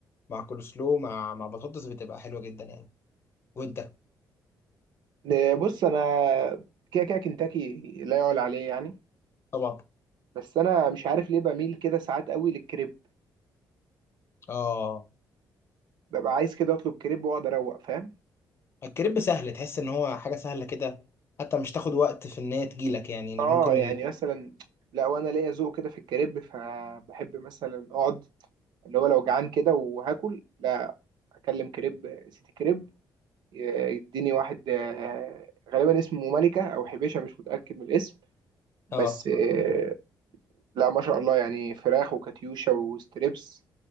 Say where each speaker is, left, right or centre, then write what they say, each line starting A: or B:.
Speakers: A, on the left; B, on the right.
A: مع كول سلو مع مع بطاطس بتبقى حلوة جدا يعني وأنت
B: إيه، بص انا كده كده كنتاكي لا يعلى عليه يعني
A: طبعا
B: بس انا مش عارف ليه بميل كده ساعات قوي للكريب
A: آه
B: ببقى عايز كده اطلب كريب واقعد اروق فاهم
A: الكريب سهل تحس ان هو حاجه سهله كده حتى مش تاخد وقت في ان هي تجيلك يعني اللي
B: اه
A: ممكن
B: يعني
A: ال...
B: مثلا لا وانا ليا ذوق كده في الكريب فبحب مثلا اقعد اللي هو لو جعان كده وهاكل لا اكلم كريب سيتي كريب ي- يديني واحد آه، غالبا اسمه ملكة او حبيشة مش متأكد من الاسم بس
A: اه
B: آه، لا ما شاء الله يعني فراخ وكاتيوشا وستريبس